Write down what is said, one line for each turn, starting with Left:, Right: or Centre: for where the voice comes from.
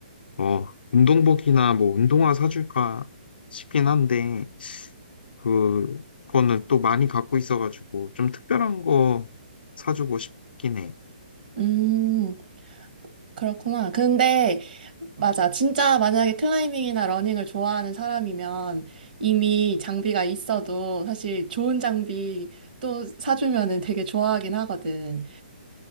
Left: 어, 운동복이나 뭐 운동화 사줄까 싶긴 한데, 그, 그거는 또 많이 갖고 있어가지고 좀 특별한 거 사주고 싶긴 해.
Right: 음, 그렇구나. 근데 맞아. 진짜 만약에 클라이밍이나 러닝을 좋아하는 사람이면 이미 장비가 있어도 사실 좋은 장비 또 사주면은 되게 좋아하긴 하거든.